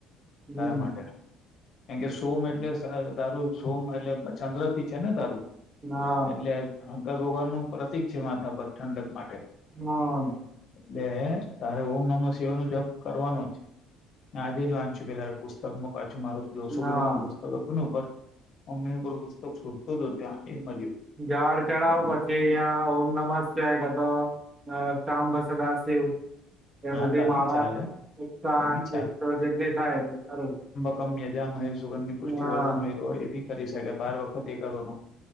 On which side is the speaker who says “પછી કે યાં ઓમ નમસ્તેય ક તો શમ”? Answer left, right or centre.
Right